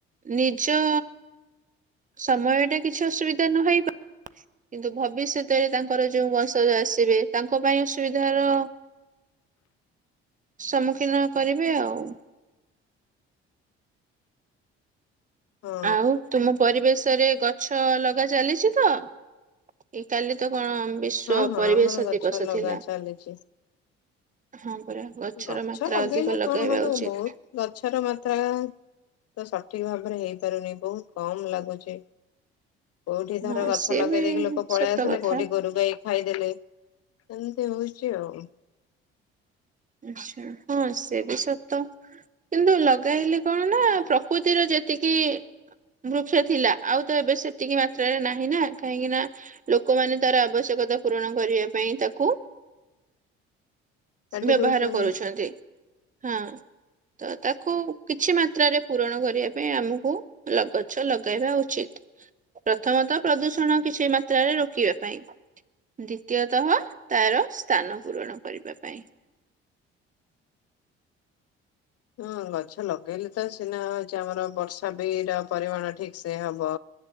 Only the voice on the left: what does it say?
ହଁ
ହଁ ହଁ
ଆମର ଗଛ
ଲଗା
ଚାଲିଛି
ଗଛ
ଲଗେଇଲେ
କଣ ହବ
ବହୁତ ଗଛର ମାତ୍ରା ତ ସଠିକ। ଠିକ ଭାବରେ ହେଇପାରୁନି। ବହୁତ କମ ଲାଗୁଛି। କୋଉଠି ଧର
ଗଛ
ଲଗେଇ
ଦେଇେଇକି ଲୋକ ପଳେଇ
ଆସିଲେ
କୋଉଠି ଗୋରୁ ଗାଈ ଖାଇଦେଲେ ସେମିତି ହଉଛି ଆଉ।
କାଟି
ଦଉଛନ୍ତି।
ହଁ ଗଛ ଲଗେଇଲେ ତ ସିନା ହଉଛି ଆମର ବର୍ଷା ବି ର ପରିମାଣ ଠିକ ସେ ହବ।